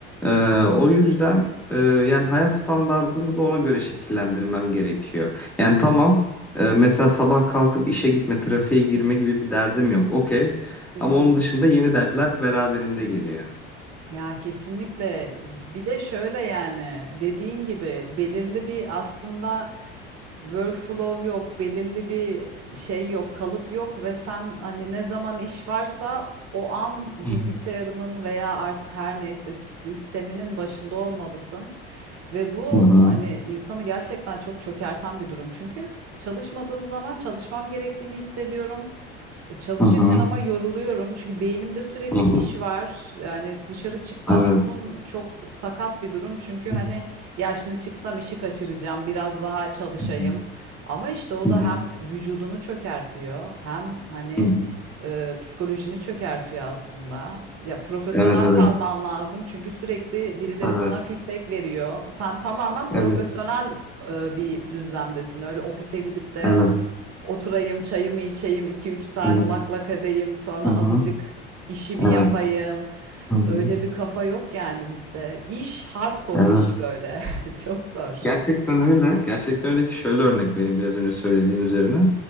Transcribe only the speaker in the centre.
E, o yüzden e, yani hayat standardımı da ona göre şekillendirmem gerekiyor. Yani tamam e, mesela sabah kalkıp işe gitme, trafiğe girme gibi bir derdim yok. Okey.
Ama onun dışında yeni dertler beraberinde geliyor.
Hı
hı.
Hı
hı.
Hı hı.
Evet.
Hı hı.
Evet.
Hı
hı. Hı hı.
Hı hı.
Evet, evet.
Evet.
Evet.
Evet.
Evet.
Hı hı.
Evet.
Hı hı.
Evet.
Gerçekten öyle. Gerçekten öyle ki şöyle örnek vereyim biraz önce söylediğin üzerine.